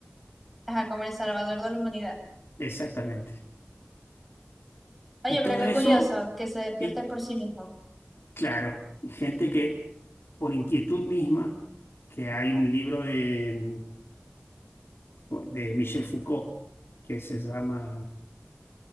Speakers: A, in the centre; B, on the left.
A: Ajá, como el salvador de la humanidad.
B: exactamente.
A: Oye,
B: Y
A: pero
B: todo
A: qué
B: eso,
A: curioso que se despierte
B: y
A: por sí mismo.
B: claro, gente que por inquietud misma, que hay un libro de, de Michel Foucault que se llama